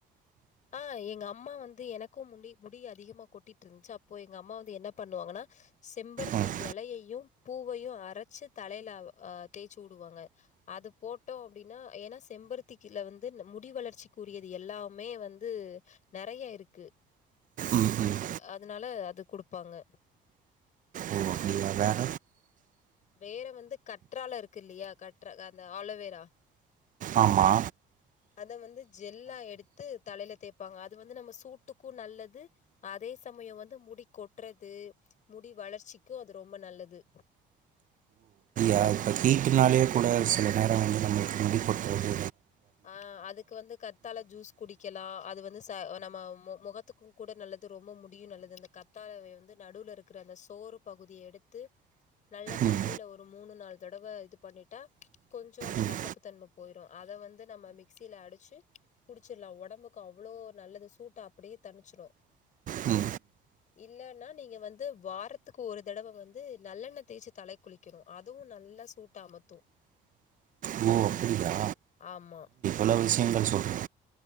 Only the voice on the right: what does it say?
ம்
ம் ம்
ஓ அப்டியா வேற
ஆமா
இப்ப இப்ப ஹீட்டுனாலயே கூட சில நேர வந்து நம்மளுக்கு முடி கொட்டுவது
ம்
ம்
ம்
ஓ அப்பிடியா
இவ்வளவு விஷயங்கள் சொல்றீங்க